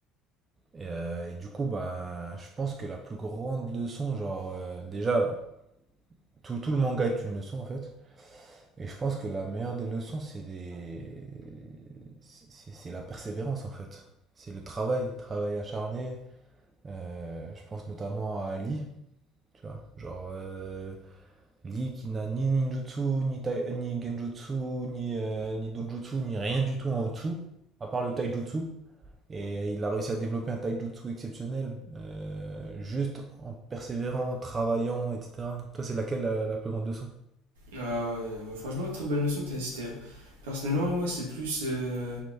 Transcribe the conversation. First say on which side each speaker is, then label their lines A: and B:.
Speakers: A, on the right (about 35°); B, on the right (about 80°).
A: Et, euh, et du coup, bah, je pense que la plus grande leçon, genre, euh, déjà, Tout, tout le manga est une leçon en fait. Et je pense que la meilleure des leçons, c'est les... c'est c'est la persévérance en fait. C'est le travail, travail acharné. Euh, je pense notamment à Lee, tu vois. Genre euh, Lee qui n'a ni ninjutsu, ni, tai- euh, ni genjutsu, ni, euh, ni dojutsu, ni rien du tout en dessous, à part le taijutsu. Et il a réussi à développer un taijutsu exceptionnel, euh, juste en persévérant, travaillant, etc. Toi, c'est laquelle la, la plus grande leçon
B: Ah ouais, ouais, franchement, très bonne leçon que t'as citée. hein. Personnellement, moi, c'est plus, euh,